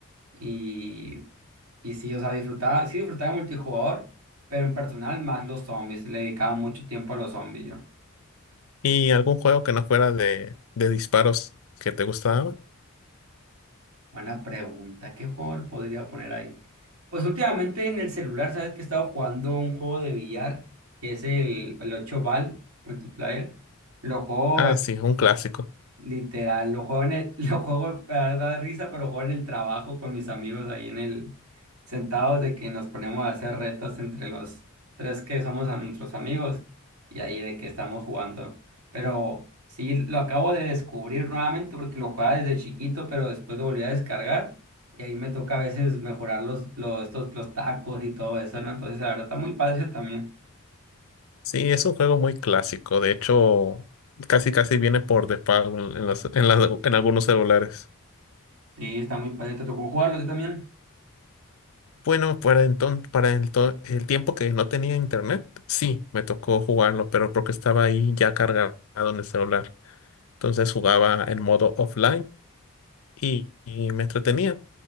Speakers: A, on the right (about 85°); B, on the left (about 70°).
A: Y y sí, o sea, disfrutaba, sí disfrutaba de multijugador, pero en personal más los zombies. Le dedicaba mucho tiempo a los zombies yo.
B: ¿Y algún juego que no fuera de, de disparos que te gustaba?
A: Buena pregunta, ¿qué juego le podría poner ahí? Pues últimamente en el celular, ¿sabes que he estado jugando un juego de billar? Que es el, el ocho Ball Multiplayer. Lo juego
B: Ah, sí, un clásico.
A: Literal, lo juego en el, <laughs> lo juego para dar risa, pero lo juego en el trabajo con mis amigos ahí en el, sentados de que nos ponemos a hacer retos entre los tres que somos a nuestros amigos y ahí de que estamos jugando. Pero sí, lo acabo de descubrir nuevamente porque lo jugaba desde chiquito, pero después lo volví a descargar y ahí me toca a veces mejorar los, los, estos, los tacos y todo eso, ¿no? Entonces, la verdad está muy padre ese también.
B: Sí, es un juego muy clásico. De hecho, casi casi viene por default en las- en las- en algunos celulares.
A: Sí, está muy padre. ¿Te tocó jugarlo a ti también?
B: Bueno, para enton- para el, to- el tiempo que no tenía internet, sí, me tocó jugarlo, pero porque estaba ahí ya cargado en el celular. Entonces jugaba en modo offline y y me entretenía.